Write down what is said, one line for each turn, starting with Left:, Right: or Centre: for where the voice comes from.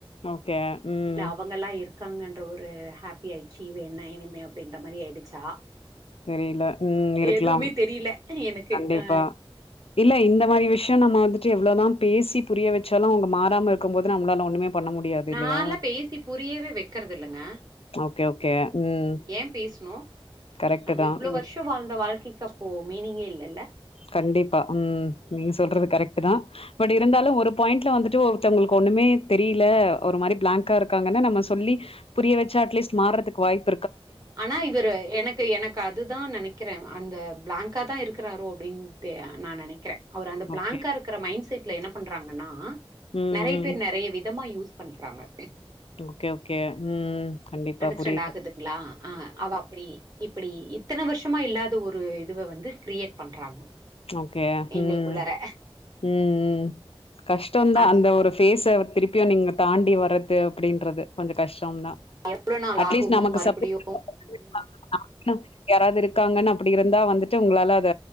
Left: ஓகே.
Right: அ
Left: ம்.
Right: இல்ல அவங்கல்லா இருக்கு இருக்காங்கன்ற ஒரு ஹேப்பி ஆயிச்சீவ் வேணா இனிமே அப்டின்ற மாரி ஆயிடுச்சா
Left: தெரில ம் இருக்கலாம்
Right: எதுவுமே தெரியல எனக்கு
Left: கண்டிப்பா
Right: அ
Left: இல்ல இந்த மாரி விஷ்யோ நம்ம வந்து ட்டு எவ்ளோதாம் பேசி புரிய வெச்சாலு அவுங்க மாறாம இருக்கும் போது நம்மளால ஒண்ணுமே பண்ண முடியாது
Right: நான்லா
Left: இல்லையா?
Right: பேசி புரியவே வெக்கிறது இல்லங்க
Left: ஓகே, ஓகே. ம்.
Right: ஏம் பேசுனு
Left: கரெக்ட்டு
Right: நம்ப
Left: தான்.
Right: இவ்ளோ
Left: ம்.
Right: வருஷோ வாழ்ந்த வாழ்க்கைக் <unintelligible> மீனிங்கே இல்லல்ல
Left: கண்டிப்பா ம் நீங்க சொல்றது கரெக்ட்டுதா பட் இருந்தாலு ஒரு பாயிண்ட்ல வந்துட்டு ஒருத்தவங்களுக்கு ஒண்ணுமே தெரில ஒரு மாரி பிளேங்க்கா இருக்காங்கன்னா நம்ம சொல்லி புரிய வெச்சா அட்லீஸ்ட் மார்றதுக்கு வாய்ப்
Right: ஆனா இவரு எனக்கு எனக்கு அதுதா நெனக்கிற அந்த பிளேங்க் ங்காதா இருக்குறாரோ அப்டின்ட்டு நா நெனக்கிற அவரு அந்த பிளேங்கா
Left: ஓகே.
Right: இருக்குற மைண்ட் செட்ல என்னப் பண்றாங்கன்னா
Left: ம்,
Right: நறையா
Left: ம்.
Right: பேர் நறையா விதமா யூஸ் பண்ணிக்கிறாங்க
Left: ஓகே ஓகே ம் கண்டிப்பா
Right: அண்டஸ்டேண்ட்
Left: புரியுது.
Right: ஆகுதுங்களா ஆ அவ அப்புடி இப்புடி இப் இத்தன வருஷமா இல்லாத ஒரு இதுவ வந்து கிரியேட் பண்றாங்க
Left: இட்ஸ் ஓகே ம்
Right: எங்களுக்குள்ளார
Left: ம் ம் ம் கஷ்டந்தா
Right: அது
Left: அந்த ஒரு ஃபேஸ்ஸ திருப்பியு நீங்க தாண்டி வரது அப்டின்றது கொஞ்சோ கஷ் டம்தா
Right: இவ்ளோ நாள்
Left: அட்லீஸ்ட்
Right: ஆகுமோ
Left: நமக்கு
Right: மறுபடியு
Left: சப்போ <inaudible>
Right: ம்
Left: யாராவது இருக் இருக்காங்கன்னு அப்டி இருந்தா வந்துட்டு உங்களால அத